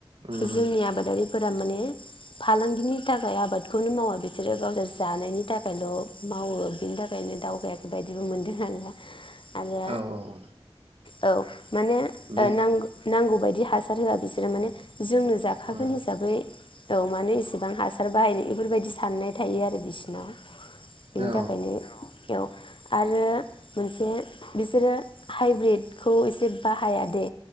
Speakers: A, on the right (about 85°); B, on the left (about 65°).
A: उम
B: जोंनि आबादारिफ फोर माने फालांगिनि थाखाय आबादखौनो मावा बिसोरो गावसोर जानायनि थाखायल। मावो बिनि थाखायनो दावगाखै बायदिबो मोनदों आं। आरो
A: औ औ औ
B: औ माने
A: बे
B: ओ नां-नांगौबायदि। बिदि हासार होआ बिसोरो माने। जोंनो जाखागोन
A: उम
B: हिसाबै। औ मानो इसेबां हासार बाहायनाय इफोरबायदि साननाय थायो आरो बिसिनाव। बिनि
A: बे
B: थाखायनो बेयाव। आरो मोनसे बिसोरो हाइब्रिदखौ एसे बाहाया दे।